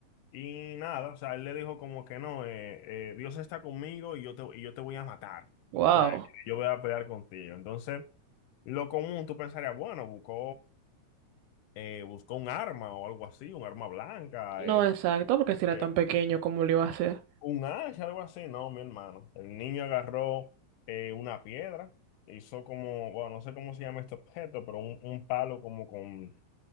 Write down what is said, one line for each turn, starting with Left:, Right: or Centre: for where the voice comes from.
Left: Y nada, o sea, él le dijo como que no, eh, eh, Dios está conmigo y yo te, y yo te voy a matar.
Right: Wow.
Left: O sea, yo voy a pelear contigo. Entonces, lo común, tú pensarías, bueno, buscó, eh, buscó un arma o algo así, un arma blanca,
Right: No
Left: eh,
Right: exacto, porque si era
Left: eh,
Right: tan pequeño, ¿cómo lo iba a hacer?
Left: un hacha, algo así. No, mi hermano. El niño agarró eh, una piedra, hizo como, bueno, no sé cómo se llama este objeto, pero un, un palo como con,